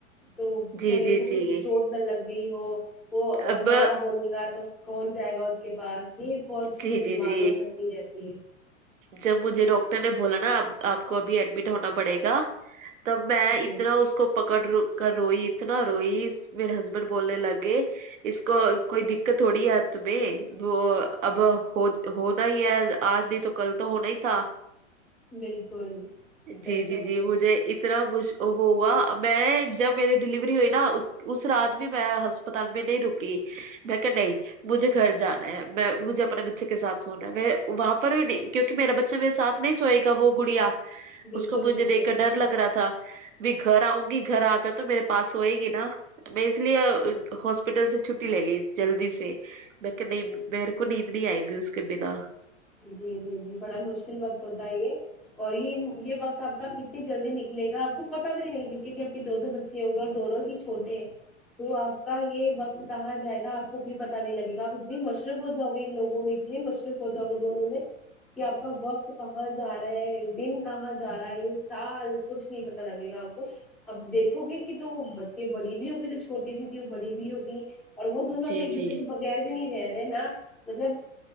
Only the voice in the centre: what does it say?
تو بھئی
اس کو
کچھ چوٹ نہ لگ گئی ہو وہ
ماں بولے گا تو کون جائے گا اس کے پاس یہ بہت چیزیں
دماغ
میں چلتی رہتی ہیں
جی
بالکل صحیح
فرما
بالکل
بالکل
بالکل
جی جی جی بڑا مشکل وقت ہوتا ہے یہ اور یہ یہ وقت آپ کا کتنی جلدی نکلے گا آپ کو پتہ بھی نہیں کیونکہ آپ کے دو دو بچیے ہو گۓ اور دونوں چ ھوٹےہے تو آپ کا یہ وقت کہاں جائے گا آپ کو بھی پتہ نہیں لگے گا ا اتنے مشروف ہو جاؤ گے ان لوگوں میں اتنے مشرو ف ہو جاؤ گے دونوں میں کہ آپ کا وقت کہاں جا رہا ہے دن کہاں جا رہا ہے یہ سال کچھ نہیں پتہ لگے گا آپ کو اب دیکھو گے کہ تو بچے بڑی بھی ہوگئی جو چھوٹی سی تھی وہ بڑی بھی ہوگئی اور وہ دونوں
اب ایک دوسرے
کے بغیر بھی نہیں رہ رہے نہ مطلب